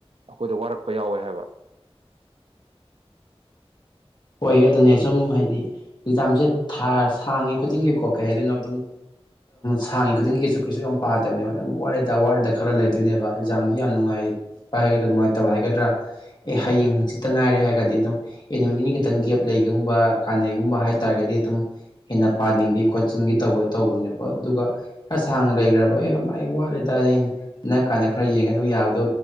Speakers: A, on the right (about 65°); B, on the left (about 45°).
A: ꯑꯩꯈꯣꯏꯗ ꯋꯥꯔꯛꯄ ꯌꯥꯎꯋꯦ ꯍꯥꯏꯕ
B: ꯍꯣꯏ ꯑꯗꯨꯅꯦ ꯁꯨꯝ ꯍꯥꯏꯗꯤ ꯑꯦꯛꯖꯥꯝꯖꯦ ꯊꯥ ꯁꯥꯡꯉꯦ ꯈꯨꯗꯤꯡꯒꯤ ꯀꯣ ꯀꯩ ꯍꯥꯏꯗꯣꯏꯅꯣ ꯑꯗꯨꯝ ꯁꯥꯡꯉꯤ ꯈꯨꯗꯤꯡꯒꯤ ꯀꯩꯁꯨ ꯀꯩꯁꯨ ꯌꯥꯝ ꯄꯥꯗꯕꯅꯦꯕ ꯑꯗꯨꯝ ꯋꯥꯔꯦꯗ ꯋꯥꯔꯦꯗ ꯈꯔ ꯂꯩꯗꯣꯏꯅꯦꯕ ꯑꯦꯛꯖꯥꯝꯒꯤ ꯌꯥꯝ ꯅꯨꯡꯉꯥꯏ ꯍꯥꯏꯒꯗ꯭ꯔꯥ ꯅꯨꯡꯉꯥꯏꯇꯕ ꯍꯥꯏꯒꯗ꯭ꯔꯥ ꯑꯦ ꯍꯌꯦꯡ ꯍꯪꯆꯤꯠꯇ ꯉꯥꯏꯔꯦ ꯍꯥꯏꯔꯒꯗꯤ ꯑꯗꯨꯝ ꯑꯦ ꯅꯨꯃꯤꯠ ꯅꯤꯅꯤ ꯈꯤꯇꯪ ꯒꯦꯞ ꯂꯩꯒꯨꯝꯕ ꯀꯥꯟꯅꯩꯒꯨꯝꯕ ꯍꯥꯏꯇꯥꯔꯒꯗꯤ ꯑꯗꯨꯝ ꯍꯦꯟꯅ ꯄꯥꯅꯤꯡꯕꯤ ꯈꯣꯠꯆꯤꯟꯒꯤ ꯇꯧꯕ ꯇꯧꯕꯅꯦꯕ ꯑꯗꯨꯒ ꯈ ꯁꯥꯡꯅ ꯂꯩꯈ꯭ꯔꯕ ꯑꯦ ꯑꯩꯥꯏ ꯋꯥꯠꯂꯤꯗ ꯌꯦꯡ ꯅꯛꯀꯥꯟꯗ ꯈꯔ ꯌꯦꯡꯉ ꯑꯗꯨꯝ ꯌꯥꯕꯗꯣ